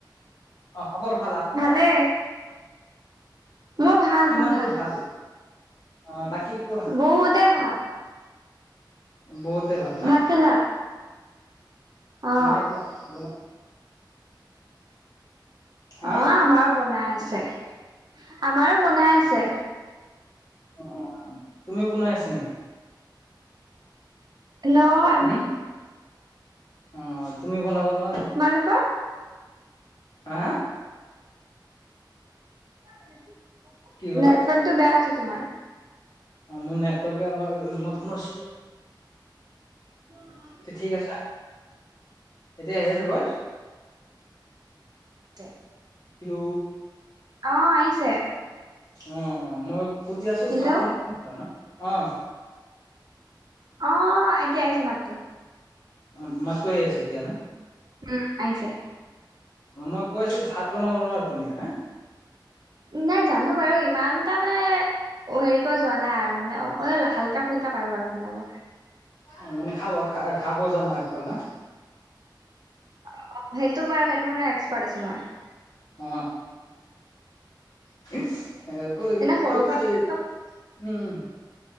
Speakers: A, on the left (about 55°); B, on the right (about 55°).
A: অ খবৰ ভাল। আপোনাৰ?
B: ভালে মোৰ ভাল
A: কিমানটো
B: মোৰ
A: ভাল। অ বাকী কোৱা।
B: বহুতে ভাল।
A: বহুতে ভাল ন
B: ভাত খালা? অ
A: নাই খোৱা বনা, হা
B: অ আমাৰো বনাই আছে। আমাৰো বনাই আছে।
A: অ তুমি বনাই আছা নেকি?
B: ন,
A: উম অ, তুমি বনাব নোৱাৰ।
B: তোমালোকৰ।
A: হা হা
B: নেটৱৰ্কটো
A: কি ক'লা
B: বেয়া হৈছে তোমাৰ
A: অ মোৰ নেটৱৰ্কে মই ৰুমত সোমাইছো যে
B: <unintelligible>
A: এ ঠিক আছে, এতিয়া আহি আছো ঘৰ।
B: দে,
A: কিলো
B: অ আহিছে।
A: অ, মই সুধি আছো
B: হেল্ল'
A: ভাত বনাম ন <unintelligible> অ।
B: অ এতিয়া আহিছে মাতটো।
A: অ মাতটো আহিছে এতিয়া ন।
B: উম আহিছে
A: মই কৈছো ভাত বনাব নোৱাৰো তুমি হা
B: নাই জানো বাৰু ইমানটা মানে অ হেৰি কৰি যোৱা নাই আৰু মানে অ ঐ হাল্কা ফুল্কা পাৰো আৰু বনাব।
A: অ মানে খাব খা খাব জানা অকল না
B: অ সেইটো বাৰু হেত এক্সপাৰ্ট আছো মই
A: অ হেকু ৰিকটো-টো
B: এনে সৰু সুৰা
A: উম
B: চব
A: উ